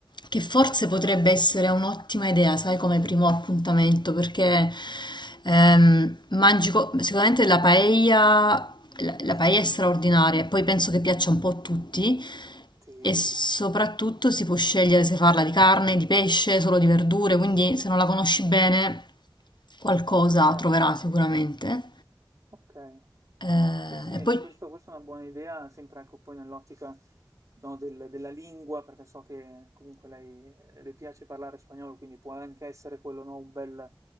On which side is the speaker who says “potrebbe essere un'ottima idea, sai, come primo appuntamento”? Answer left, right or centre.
Left